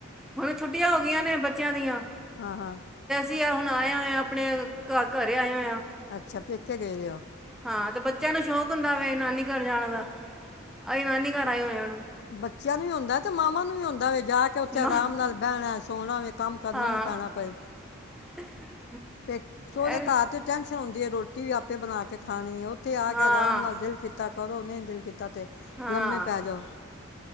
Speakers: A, in the centre; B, on the left.
A: ਹੁਣ ਛੁੱਟੀਆਂ ਹੋ ਗਈਆਂ ਨੇ ਬੱਚਿਆਂ ਦੀਆਂ
B: ਹਹ ਹਾਂ
A: ਵੀਆ ਹੁਣ ਆਇਆ ਹੋਇਆ ਆਪਣੇ ਘ ਘਰੇ ਆਏ ਹੋਏ ਆ
B: ਅੱਛਾ ਪੇਕੇ ਗਏਦੇ ਉਹ
A: ਹਾਂ ਤੇ ਬੱਚਿਆਂ ਨੂੰ ਸ਼ੌਕ ਹੁੰਦਾ ਵਵੇ ਨਾਨੀ ਘਰ ਜਾਣ ਦਾ <inaudible>
B: ਬੱਚਿਆਂ ਨੂੰ ਵੀ ਆਉਂਦਾ ਤੇ ਮਾਵਾਂ ਨੂੰ ਵੀ ਆਉਂਦਾ ਜਾ ਕੇ ਉੱਥੇ ਆਰਾਮ
A: ਮਾਂ
B: ਨਾਲ ਬਹਿਣਾ ਸੋਣਾ ਵੀ ਕੰਮ ਕਰਨਾ
A: ਹਾਂ
B: ਨੀ ਪੈਣਾ ਕੋਈ
A: <inaudible>
B: ਤੇ ਸੋਦੇ
A: ਇਹ
B: ਘਰ ਤੇ ਟੈਂਨਸ਼ਨ ਹੁੰਦੀ ਹੈ ਰੋਟੀ ਰੋਟੀ ਵੀ ਆਪੇ ਬਣਾ ਕੇ ਖਾਣੀ ਉਹ ਉੱਥੇ ਆ
A: ਹਾਂ
B: ਕੇ ਆਰਾਮ ਨਾਲ ਦਿਲ ਕੀਤਾ ਕਰੋ ਨਹੀਂ ਤੇ
A: ਹਾਂ
B: ਲੰਮੇ ਪੈ ਜਾਓ